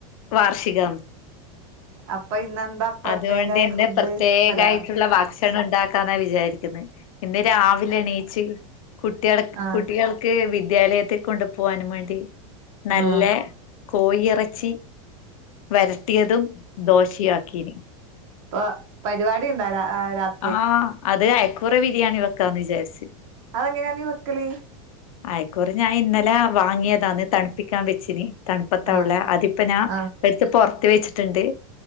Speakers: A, on the left; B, on the right.
A: വാർഷികം
B: അപ്പ ഇന്നെന്താ പ്രത്യേകായ
A: അതുകൊണ്ട് ഇന്ന്
B: ഫുഡ്
A: പ്രത്യേകായിട്ടുള്ള
B: അല്ല
A: ഭക്ഷണം ഉണ്ടാക്കാന്നാ വിചാരിക്കുന്നെ ഇന്ന് രാവിലെ എണീച്ച് കുട്ട്യാൾക്ക്
B: ആഹ്
A: കുട്ടികൾക്ക് വിദ്യാലയത്തി കൊണ്ടു പോകൻ വേണ്ടി നല്ല
B: ആഹ്
A: കോഴി ഇറച്ചി വരട്ടിയതും ദോശയാക്കി നി
B: ഇപ്പൊ പരിപാടി ന്തായാ രാത്രി
A: ആഹ് അതെ അയക്കൂറ ബിരിയാണി വെക്കാന്ന് വിചാരിച്ചു
B: അതെങ്ങനെയാ നീ വെക്കല്
A: ആയ്ക്കൂറ ഞാൻ ഇന്നലെ വാങ്ങിയതാന്ന് തണുപ്പിക്കാൻ വെച്ചിന് തണുപ്പത്താ
B: ആഹ്
A: ഉള്ളെ അതിപ്പ ഞാൻ
B: ആഹ്
A: എടുത്ത് പുറത്ത് വെച്ചിട്ടുണ്ട്